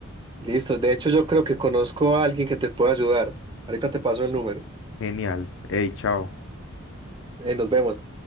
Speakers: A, on the right; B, on the left.
A: Listo, de hecho yo creo que conozco a alguien que te puede ayudar. Ahorita te paso el número.
B: Genial. Hey, chao.
A: Eh, nos vemos.